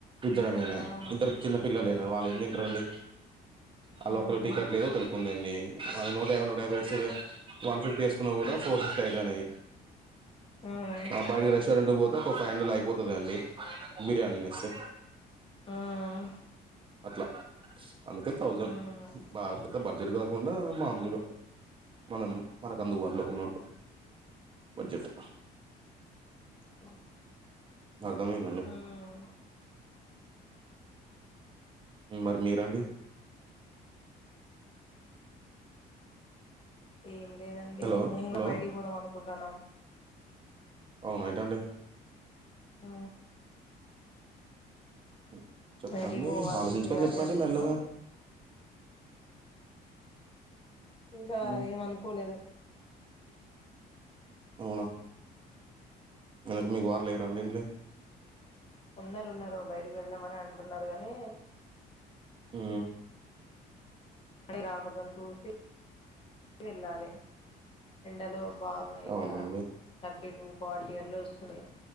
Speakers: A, on the right; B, on the left.
A: ఇద్దరమేనాయే.
B: అవునా
A: ఇద్దరు చిన్న పిల్లలయినా వాళ్లు ఏమి తింటారండి? ఆల్లా
B: మ్మ్
A: ఒకలికి
B: హ్మ్
A: టికెట్ లేదు, ఒకలకి ఉందండి. అది నూట యాభై నూట యాభై ఎసిరుగా వన్ ఫిఫ్టీ వేసుకున్నా గూడా ఫోర్ ఫిఫ్టీ అయితున్నాయి
B: మ్మ్
A: ఆ బయటికి రెస్టారెంట్ పోతే ఒక ఫైవ్ హండ్రెడ్ లో అయిపోతుదండి. బిర్యానీ తినెస్తే
B: మ్మ్
A: అట్లా అందుకే థౌజండ్
B: ఉమ్
A: బాగా పెద్ద బడ్జెట్ కాదు. ఉన్నామ్ మామూలుగా మనం మన కందుబాటలో ఉన్నప్పుడు బడ్జెట్
B: మ్
A: అర్థమైందండి
B: ఉమ్మ్
A: మరి మీరండి
B: ఏం లేదండి,
A: హలో
B: మేమ్
A: హలో
B: గూడ బయటికి పోదాం అనుకుంటన్నాము.
A: అవునా ఎటండి
B: మ్
A: మ్ చెప్పండి,
B: బయటికి పోవాలి
A: ఆలోచించుకొని
B: చేయాలి
A: చెప్పండి
B: అనుకున్నాం
A: మెల్లగా
B: ఇంగా
A: హ్మ్.
B: ఏమనుకోలేదు.
A: అవునా మీకు మీ వారు లేరా అండి ఇంట్లో
B: ఉన్నారు, ఉన్నారు. బయటికి వెళ్దామనే అంటున్నారు గానీ
A: ఉమ్
B: మనీ రా, కొంచెం చూసి వెళ్లాలి ఎండల్లో బాగున్నాయి. ఇక్కడ
A: అవునండి
B: థర్టీ టూ, ఫార్టీ అట్లా వస్తున్నాయి.